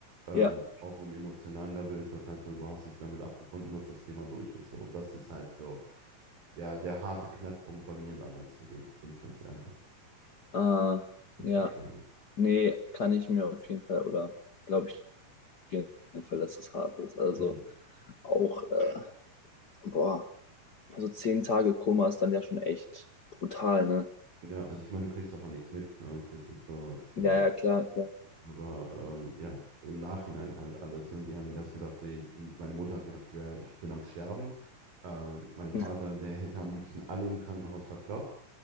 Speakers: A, on the right; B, on the left.
A: ähm,
B: ja,
A: auf einem emotionalen Level ist das halt so, du hast dich damit abgefunden, dass das Thema durch ist. So. Und das ist halt so der, der harte Knackpunkt bei mir damals gewesen, bin ich ganz ehrlich.
B: äh,
A: Das
B: ja,
A: war schön.
B: nee, kann ich mir auf jeden Fall oder glaube ich auf jeden Fall, dass es hart ist. Also
A: Mhm.
B: auch, äh, boah, also zehn Tage Koma ist dann ja schon echt brutal, ne?
A: Ja, also ich meine, du kriegst davon nichts mit, ne? Ist jetzt nicht so, als,
B: Ja,
A: äh,
B: ja, klar, klar.
A: aber ähm, ja, im Nachhinein halt alles, ne? Die haben erst gedacht, so, die, meine Mutter hat gedacht, ich, wär, ich bin am Sterben. Ähm, mein Vater,
B: <laughs>
A: der hätte am liebsten alle im Krankenhaus verkloppt.